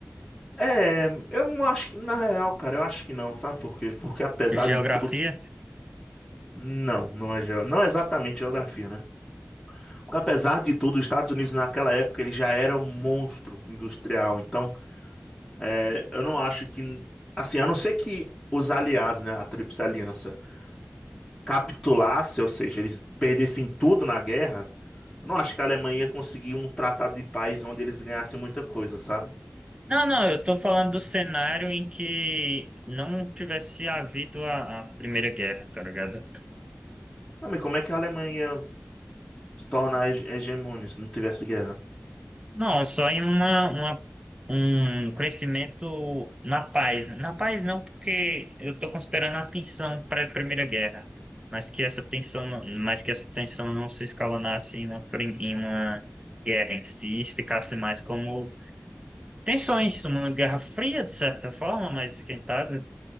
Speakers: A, in the centre; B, on the right (about 20°).
A: É, eu não acho que, na real, cara, eu acho que não, sabe por quê? Porque apesar
B: Geografia.
A: de tudo, não, não é, geo- não é exatamente geografia, né? Porque apesar de tudo, os Estados Unidos naquela época ele já era um monstro industrial, então é, eu não acho que, assim, a não ser que os aliados, né, a Tríplice Aliança, capitulasse, ou seja, eles perdessem tudo na guerra, eu não acho que a Alemanha ia conseguir um tratado de paz onde eles ganhassem muita coisa, sabe?
B: Não, não, eu tô falando do cenário em que não tivesse havido a, a Primeira Guerra, tá ligado?
A: Ah, mas como é que a Alemanha se torna hege- hegemônia se não tivesse guerra?
B: Não, só em uma, uma- um crescimento na paz. né? Na paz não, porque eu tô considerando a tensão para a primeira Guerra, mas que essa tensão, não- mas que essa tensão não se escalonasse em uma, prim- em uma guerra em si, ficasse mais como tensões, uma guerra fria, de certa forma, mas esquentada.